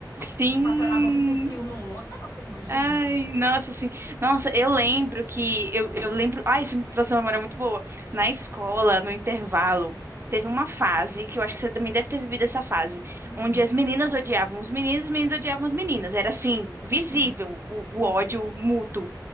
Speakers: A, on the right; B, on the left.
A: Sim.
B: o papel na boca e cuspir um no outro. Sabe aquelas coisas nojentas?
A: Ai, nossa, assim, nossa, eu lembro que, eu, eu lembro, ai, isso me trouxe uma memória muito boa. Na escola, no intervalo, teve uma fase, que eu acho que você também deve ter vivido essa fase,
B: Uhum.
A: onde as meninas odiavam os meninos, os meninos odiavam as meninas, era assim, visível
B: Sim,
A: o,
B: sim.
A: o ódio mútuo.